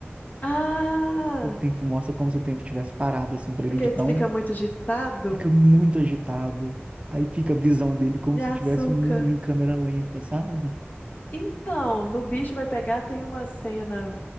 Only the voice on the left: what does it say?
Ah,
porque
ele
fica muito agitado
de
açúcar.
Então, no Bicho Vai Pegar tem uma cena